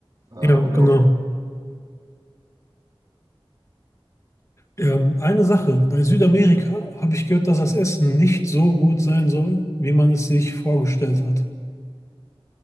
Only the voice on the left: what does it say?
ja, genau.
Ähm, eine Sache, bei Südamerika habe ich gehört, dass das Essen nicht so gut sein soll, wie man es sich vorgestellt hat.